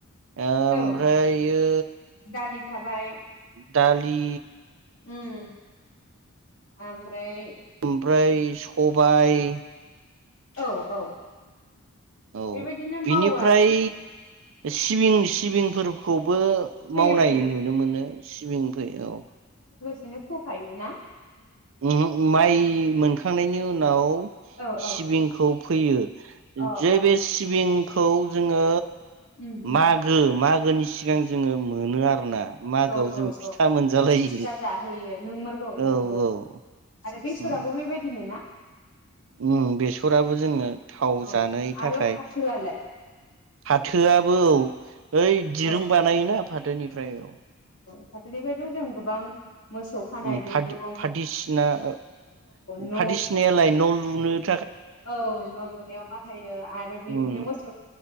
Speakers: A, on the right; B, on the left.
A: ओमफ्रायो
B: औ दालि थाबाय
A: दालि
B: ओम ओमफ्राय
A: ओमफ्राय सबाइ
B: औ औ
A: औ
B: बेबायदिनो
A: बिनिफ्राय
B: मावो आरो
A: सिबिं सिबिंफोर खौबो
B: फैयो
A: मावनाय
B: फैयो
A: नुनो मोनो सिबिं फैयो औ।
B: नो फोफायो ना
A: उम उ माइ मोनखां थांनायनि उनाव <inaudible>
B: औ
A: सिबिंखौ
B: औ
A: फैयो
B: अ
A: जै
B: अ
A: बे सिबिंखौ जोङो
B: उम उम
A: मागो मागोनि सिगां जोङो मोनो आरोना मागोआव
B: औ औ
A: जों फिथा
B: औ
A: मोनजालायो।
B: फिथा जाहोयो नोंमारगौ
A: औ
B: नोंगौ
A: औ
B: आरो बेसराबो
A: उम
B: बेबायदिनो ना?
A: उम बेसराबो जोङो थाव
B: औ
A: जानो थाखाय
B: आरो फाथोआलाय
A: फाथोआबो औ ओइ दिरुं
B: औ
A: बानायोना फाथोनिफ्राय औ
B: फाथोनिफ्रायथ' जों गोबां मोसौ खानाय
A: उम
B: दिरुं
A: फादो
B: औ
A: फादिसिना ओ
B: न'
A: फादिसिनायालाय न' लु <unintelligible>
B: औ न' लुनायाव बाहायो आरो बिबदिनो
A: उम
B: मोसौ